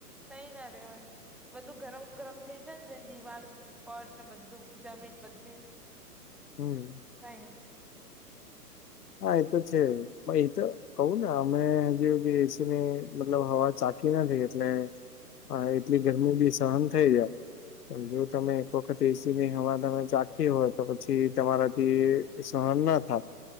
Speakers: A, in the centre; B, on the left (about 70°).
A: તઈ ના રેવાય બધું ગરમ ગરમ થઈ જાય ને દિવાલ પટ ને બધું જમીન બધી
B: હમ્મ.
A: તઈ
B: હા એ તો છે પ એ તો કહું ને અમે જે એસી ની મતલબ હવા ચાખી નથી એટલે હા એટલી ગરમી બી સહન થઈ જાય. જો તમે એક વખત એસીની હવા તમે ચાખી હોય તો પછી તમારાથી સહન ના થ